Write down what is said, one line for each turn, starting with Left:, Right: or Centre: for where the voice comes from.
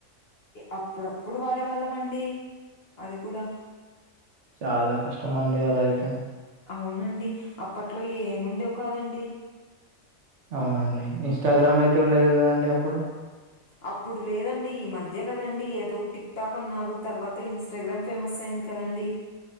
Left: అప్పుడప్పుడు వాడేవాళ్ళం అండి అది కూడా
Right: చాలా కష్టం అండి అలాయితే
Left: అవునండి అప్పట్లో ఏముండేవు కాదండి
Right: అవునండి ఇన్స్టాగ్రామ్ అయితే ఉండేది కదండి అప్పుడు
Left: అప్పుడు లేదండి ఈ మధ్యే కదండి ఏదో టిక్ టాక్ అన్నారు తర్వాత ఇన్స్టాగ్రామ్ ఫేమస్ అయింది కదండి